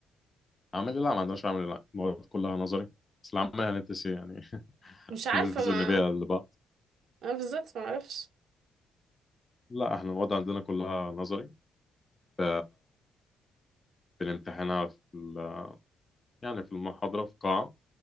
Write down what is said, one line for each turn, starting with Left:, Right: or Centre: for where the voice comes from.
Left: عملي لا ما عندناش عملي لا المواد كلها نظري بس العمل هندسي يعني <laughs>
Right: مش عارفة
Left: هننزل
Right: ما
Left: نبيع لبعض
Right: انا بالظبط ما اعرفش
Left: لا احنا المواد عندنا كلها نظري ف- بنمتحنها في ال- يعني في المحاضرة في قاعة